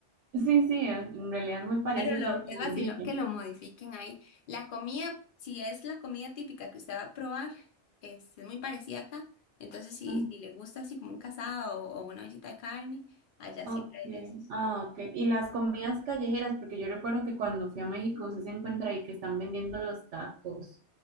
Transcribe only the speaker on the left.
Pero lo,
es
vacilón que lo modifiquen ahí. La comida, si es la comida típica que usted va a probar, es, es muy parecida acá. Entonces, si,
si le gusta así como un casado o, o una ollita de carne, allá
siempre hay de esos.